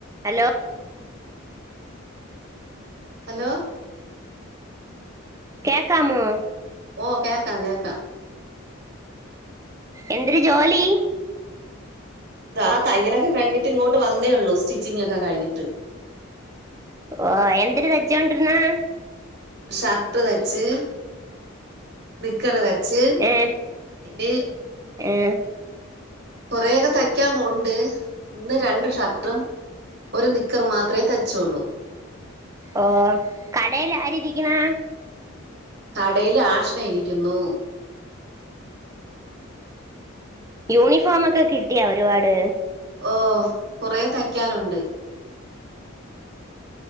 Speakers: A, on the right; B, on the right.
A: Hello
B: hello
A: കേക്കാമോ
B: ഓ കേക്കാം കേക്കാം
A: എന്തര് ജോലി
B: ഇതാ തയ്യലൊക്കെ കഴിഞ്ഞിട്ട് ഇങ്ങോട്ട് വന്നേ ഉള്ളൂ സ്റ്റിച്ചിങ്ങക്കെ കഴിഞ്ഞിട്ട്
A: ഓ എന്തര് തച്ചോണ്ടിരുന്നെ
B: ഷർട്ട് വെച്ച് നിക്കർ വെ വച്ച്
A: ഏ
B: ഇത്
A: ഏ
B: കുറെേയൊക്കെ തയ്ക്കാൻ ഉണ്ട് ഇന്ന് രണ്ട് ഷർട്ടും ഒരു നിക്കർ മാത്രമേ തയ്ച്ചോള്ളൂ
A: ഓ കടേൽ ആരിരിക്കണ്
B: കടേല് ആഷ്ന ഇരിയ്ക്കുന്നു
A: യൂണിഫോമൊക്കെ കിട്ടിയാ ഒരുപാട്
B: ഓ കുറെ തയ്ക്കാനുണ്ട്